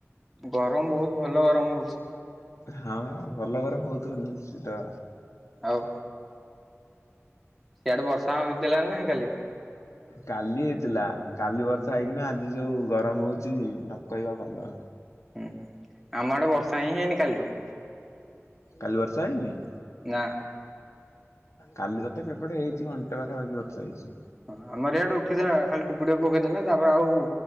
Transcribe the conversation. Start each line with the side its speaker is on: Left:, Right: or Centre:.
Centre: ଗରମ ବହୁତ ଭଲ ଗରମ ହଉଛି।
Left: ହଁ ମ ଭଲ ଗରମ ହଉଥିବ ନିଶ୍ଚିତ।
Centre: ଆଉ ସିଆଡେ ବର୍ଷା ହୋଇଥିଲାଣିି ନା କାଲି?
Left: କାଲି ହେଇଥିଲା କାଲି ବର୍ଷା ହେଇକିନା ଆଜି ଜଉ ଗରମ ହଉଛି ନ କହିବା ଭଲ।
Centre: ହୁଁ ହୁଁ ଆମ ଆଡେ ବର୍ଷା ହିଁ ହେଇନି କାଲିଠୁ।
Left: କାଲି ବର୍ଷା ହେଇନି?
Centre: ନା।
Left: କାଲି ତଥାପି ଏପଟେ ହେଇଛି ଘଣ୍ଟେ ପାଖା ପାଖି ବର୍ଷା ହେଇଛି।
Centre: ହଁ ଆମର ଇଆଡେ ଉଠିଥିଲା ଖାଲି ଟୋପୁ ଟୁପେ ପକେଇଦେଲା ତାପରେ ଆଉ